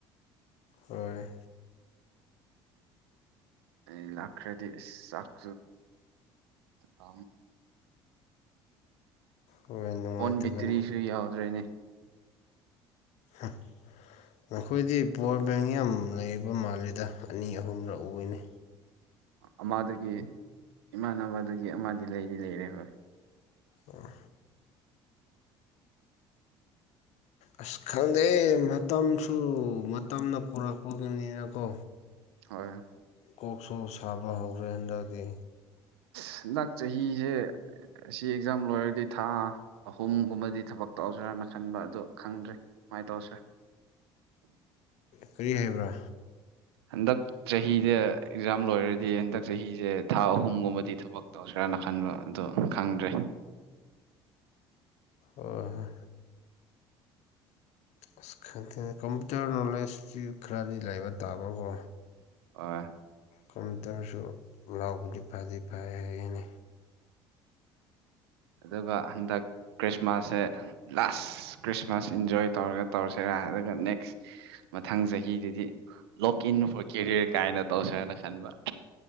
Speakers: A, on the left (about 55°); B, on the right (about 70°).
A: ꯍꯣꯏ
B: ꯑꯩ ꯂꯥꯛꯈ꯭ꯔꯗꯤ ꯑꯥꯛ ꯑ
A: ꯍꯣꯏ ꯅꯨꯡꯉꯥꯏꯇꯕꯅꯤ
B: ꯐꯣꯟ ꯕꯦꯇꯔꯤꯁꯨ ꯌꯥꯎꯗ꯭ꯔꯦꯅꯦ
A: ꯍ ꯅꯈꯣꯏꯗꯤ ꯄꯋꯥꯔ ꯕꯦꯡ ꯌꯥꯝ ꯂꯩꯕ ꯃꯥꯜꯂꯤꯗ ꯑꯅꯤ ꯑꯍꯨꯝꯂꯛꯎꯅꯤ
B: ꯑꯃꯗꯨꯒꯤ ꯏꯃꯥꯟꯅꯕꯗꯨꯒꯤ ꯑꯃꯗꯤ ꯂꯩꯗꯤ ꯂꯩꯔꯦ ꯍꯣꯏ
A: ꯑꯣ ꯑꯁ ꯈꯪꯗꯦ ꯃꯇꯝꯁꯨ ꯃꯇꯝꯅ ꯄꯨꯔꯛꯄꯒꯤꯅꯤꯅꯀꯣ
B: ꯍꯣꯏ
A: ꯀꯣꯛꯁꯨ ꯁꯥꯕ ꯍꯧꯈ꯭ꯔꯦ ꯍꯟꯗꯛꯇꯤ
B: ꯍꯟꯗꯛ ꯆꯍꯤꯁꯦ ꯑꯁꯤ ꯑꯦꯛꯖꯥꯝ ꯂꯣꯏꯔꯗꯤ ꯊꯥ ꯑꯍꯨꯝꯒꯨꯝꯕꯗꯤ ꯊꯕꯛ ꯇꯧꯁꯤꯔꯥꯅ ꯈꯟꯕ ꯑꯗꯨ ꯈꯪꯗ꯭ꯔꯦ ꯁꯨꯃꯥꯏ ꯇꯧꯁꯦ
A: ꯀꯔꯤ ꯍꯥꯏꯕ꯭ꯔꯥ
B: ꯍꯟꯗꯛ ꯆꯍꯤꯗ ꯑꯦꯛꯖꯥꯝ ꯂꯣꯏꯔꯗꯤ ꯍꯟꯗꯛ ꯆꯍꯤꯁꯦ ꯊꯥ ꯑꯍꯨꯝꯒꯨꯝꯕꯗꯤ ꯊꯕꯛ ꯇꯧꯁꯔꯥꯅ ꯈꯟꯕ ꯑꯗꯨ ꯈꯪꯗ꯭ꯔꯦ
A: ꯑꯍꯥ ꯑꯁ ꯈꯊꯦꯡꯅ ꯀꯝꯄꯨꯇꯔ ꯅꯣꯂꯦꯖꯇ ꯈꯔꯗꯤ ꯂꯩꯕ ꯇꯥꯕꯀꯣ
B: ꯑꯣ
A: ꯀꯝꯇꯔꯁꯨ ꯂꯥꯎꯕꯗꯤ ꯐꯗꯤ ꯐꯩ ꯍꯥꯏꯅꯤ
B: ꯑꯗꯨꯒ ꯍꯟꯗꯛ ꯈ꯭ꯔꯤꯁꯃꯥꯁꯁꯦ ꯂꯥꯁ ꯈ꯭ꯔꯤꯁꯃꯥꯁ ꯏꯟꯖꯣꯏ ꯇꯧꯔꯒ ꯇꯧꯁꯤꯔꯥ ꯑꯗꯨꯒ ꯅꯦꯛꯁ ꯃꯊꯪ ꯆꯍꯤꯗꯨꯗꯤ ꯂꯣꯛ ꯏꯟ ꯐꯣꯔ ꯀꯦꯔꯤꯌꯔ ꯀꯥꯏꯅ ꯇꯧꯁꯦꯅ ꯈꯟꯕ